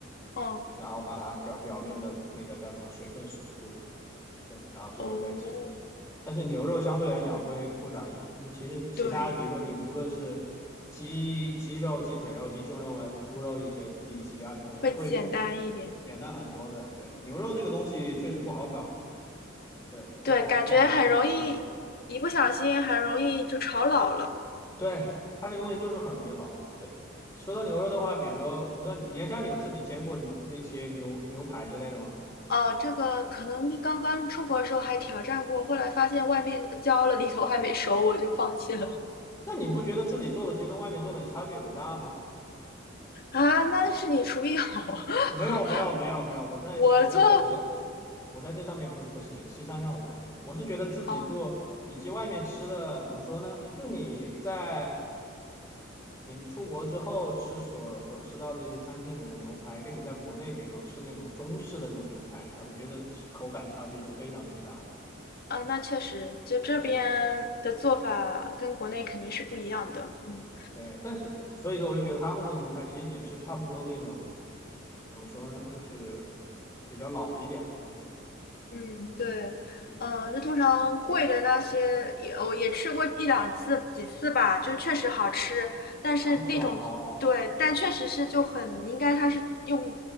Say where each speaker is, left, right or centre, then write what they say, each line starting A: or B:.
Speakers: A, on the left (about 50°); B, on the left (about 15°).
A: 嗯，
B: 然后把它表表面的那个叫什么水分锁住，对，然后最后再浸。
A: 哦，
B: 但是牛肉相对来讲会复杂一点，其实其他比如说你无论是鸡鸡肉、
A: 对，
B: 鸡腿肉、鸡胸肉还是猪肉一些里脊啊什么的，
A: 会简单一点。
B: 都会简单很多的。对，牛肉这个东西确实不好搞，对，不好不好不好处理。
A: 对，感觉很容易，一不小心很容易就炒老了。
B: 对，它这个东西就是很容易老。对，说到牛肉的话，比如说，我不知道你，你在家里有自己煎过你那些牛牛排之类的吗？
A: 哦，这个可能你刚刚出国的时候还挑战过，后来发现外面焦了，里头还没熟，我就放弃了。
B: 啊，那你不觉得自己做的其实跟外面做的差距也不大吗？
A: 啊，那是你厨艺好啊，<laughs>
B: 没有，没有，没有，没有，我在我在这我在
A: 我做，
B: 我在这上面不不行，西餐上我不行，我是觉得自己做以及外面吃的怎么说呢？
A: 哦，
B: 就你在你出国之后吃所所吃到的一些餐厅里面的牛排，跟你在国内比如说吃那种中式的那种牛排，但我觉得口感差距是非常巨大的。
A: 啊，那确实，就这边的做法跟国内肯定是不一样的。
B: 对
A: 嗯。
B: 对，但是所以说我就觉得他们这个牛排其实也是差不多那种，怎么说呢，就是比较老一点嘛。对
A: 嗯，对，嗯，就通常贵的那些也我也吃过一两次几次吧，就确实好吃，但是那种对，
B: 啊，是吧？哦
A: 但确实是就很应该它是用